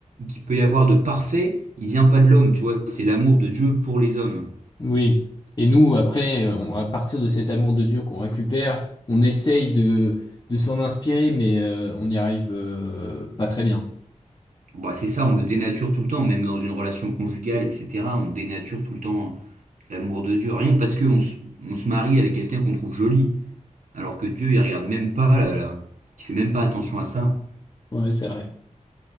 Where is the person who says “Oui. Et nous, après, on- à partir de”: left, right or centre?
Left